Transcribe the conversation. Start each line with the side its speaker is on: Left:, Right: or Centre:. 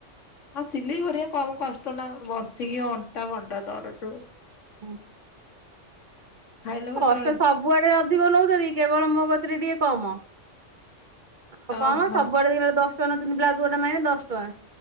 Left: ଆଉ ସିଲେଇ ବରିବା କମ କଷ୍ଟ ନା ବସିକି ଅଣ୍ଟା କଣ୍ଟା ଧରୁଚୁ।
Right: ହୁଁ।
Left: ଖାଇଲ କେତେବେଳେ
Right: ଦଶଟା ସବୁଆଡେ ଅଧିକ ନୋଉଚନ୍ତି କେବଳ ମୋ କତିରେ ଟିକେ କମ। ଆଉ କମ
Left: ଓହୋ
Right: ସବୁଆଡେ ଦେଖିଲାବେଳେ ଦଶ ଟଙ୍କା ନୋଉଚନ୍ତି ବ୍ଲାଉଜ ଗୋଟା ମାରିଲେ ଦଶ ଟଙ୍କା।